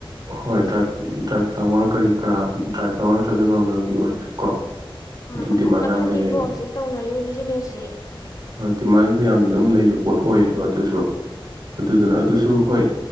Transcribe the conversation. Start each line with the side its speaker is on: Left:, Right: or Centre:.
Right: ꯍꯣꯏ ꯗ꯭ꯔꯥꯏ ꯐ꯭ꯂꯥꯋꯔ ꯀꯔꯤ ꯀꯔꯥ ꯗ꯭ꯔꯥꯏ ꯐ꯭ꯂꯥꯋꯔ ꯅꯠꯇ꯭ꯔꯁꯨ ꯅꯣꯔꯃꯦꯜꯒꯤ ꯑꯣꯏꯔꯁꯨ ꯀꯣ ꯑꯗꯨꯝ
Left: ꯃꯈ
Right: ꯗꯤꯃꯥꯟ
Left: ꯃꯈꯅꯤꯀꯣ
Right: ꯌꯥꯝ ꯂꯩꯌꯦꯕ
Left: ꯍꯧꯖꯤꯛ ꯇꯧꯅꯔꯤꯕ ꯕꯤꯖꯤꯅꯦꯁꯦ
Right: ꯗꯤꯃꯥꯟꯗ ꯌꯥꯝꯅ ꯑꯗꯨꯝ ꯂꯩꯕ ꯄꯣꯠ ꯑꯣꯏꯌꯦꯕ ꯑꯗꯨꯁꯨ ꯑꯗꯨꯗꯨꯅ ꯑꯗꯨꯁꯨ ꯍꯣꯏ